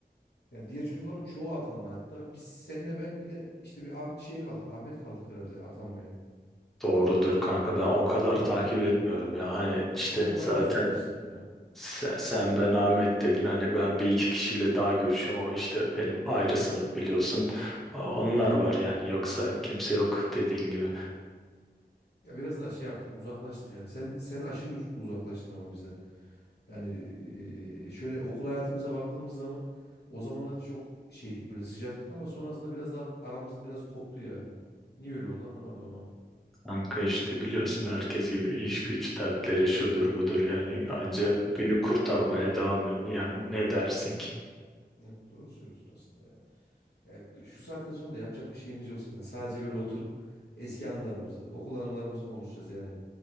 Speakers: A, on the left; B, in the centre.
A: Yani diğer çocukların çoğu atandı hatta. Biz senle ben bir de işte bir Ah- şey kaldık. Ahmet kaldık herhalde atanmayan.
B: Doğrudur kanka ben o kadar takip etmiyorum ya hani işte
A: E sen
B: zaten
A: bayağı uzaklaştın ya.
B: sen, sen ben Ahmet dedin hani ben bir iki kişiyle daha görüşüyorum o işte benim ayrı sınıf biliyorsun onlar
A: Hı hı.
B: var yani yoksa kimse yok dediğin gibi
A: Ya biraz daha şey yaptık uzaklaştık yani. Sen sen aşırı uz- uzaklaştın ama bizden. Yani e, şöyle okul hayatımıza baktığımız zaman o zamanlar çok şeydik böyle sıcaktık ama sonrasında biraz daha aramız biraz koptu yani. Niye öyle oldu anlamadım ama.
B: kanka işte biliyorsun herkes gibi iş güç dertleri şudur budur yani anca
A: Hı hı.
B: günü kurtarmaya devam ediyorum yani ne dersin ki
A: Evet doğru söylüyorsun aslında ya. Yani şu saatten sonra da yapacak bir şeyimiz yok zaten. Sadece böyle oturup eski anılarımızı, okul anılarımızı konuşacağız yani.